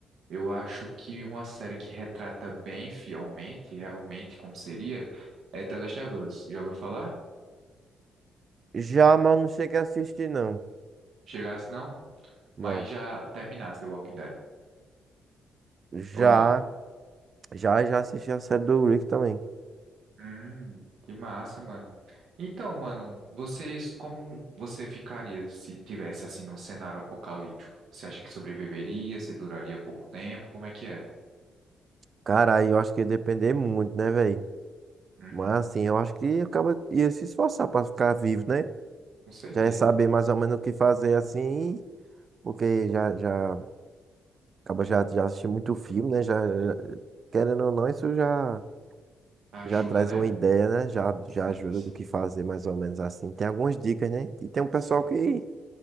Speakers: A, on the right (about 65°); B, on the right (about 50°).
A: Eu acho que uma série que retrata bem fielmente, realmente como seria, é The Last of Us. Já ouviu falar?
B: Já, mas não cheguei a assistir, não.
A: Chegasse não?
B: Não.
A: Mas já terminasse The Walking Dead.
B: Já,
A: Ou não?
B: já, já assisti a série do Rick também.
A: Hum, que massa, mano. Então, mano, vocês, como você ficaria se tivesse assim num cenário apocalíptico? Você acha que sobreviveria? Você duraria pouco tempo? Como é que é?
B: Cara, aí eu acho que ia depender muito, né, velho?
A: Uhum,
B: Mas assim, eu acho que acaba ia se esforçar para ficar vivo, né?
A: com certeza.
B: Já ia saber mais ou menos o que fazer assim, porque já já acaba já já assisti muito filme, né? Já, já- querendo ou não, isso já
A: Ajuda,
B: já traz
A: né?
B: uma ideia, né? Já
A: Sim,
B: já ajuda
A: sim,
B: do que fazer mais ou menos assim. Tem algumas dicas, né? E tem um
A: sim.
B: pessoal que